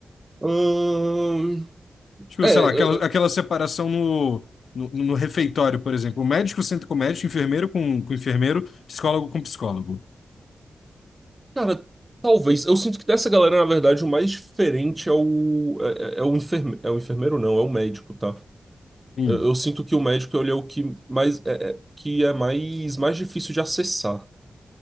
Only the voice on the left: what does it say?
Tipo,
sei lá,
aquela,
aquela separação no, no, no refeitório, por exemplo, médico senta com médico, enfermeiro com, com enfermeiro, psicólogo com psicólogo.
Hum,